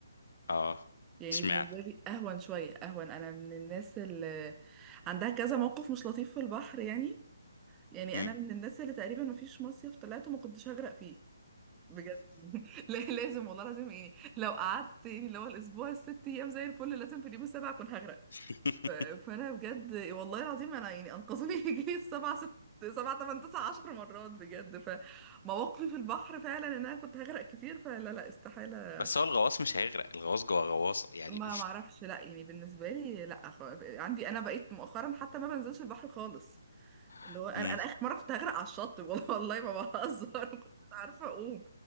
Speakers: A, on the left; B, on the right.
A: اه
B: يعني
A: اشمعنى
B: بالنسبة لي اهون شوية اهون انا من الناس اللي عندها كذا موقف مش لطيف في البحر يعني يعني
A: مم.
B: انا من الناس اللي تقريبا مفيش مصيف طلعته ما كنتش هغرق فيه بجد <laughs> لا لازم والله لازم يعني لو قعدت يعني اللي هو الاسبوع الست ايام زي الفل لازم في اليوم السابع اكون هغرق
A: <laughs>
B: ف- فانا بجد والله العظيم انا يعني انقذوني <laughs> يجي سبع ست سبع تمن تسع عشر مرات بجد فمواقفي في البحر فعلا ان انا كنت هغرق كتير فلا لا استحاله
A: بس هو الغواص مش هيغرق الغواص جوه غواصة يعني
B: ما معرفش لا يعني بالنسبه لي لا خ- عندي انا بقيت مؤخرا حتى ما بنزلش البحر خالص
A: <laughs>
B: اللي هو انا
A: مم.
B: انا اخر مره كنت هغرق على الشط <laughs> والله والله ما بهزر ما كنتش عارفه اقوم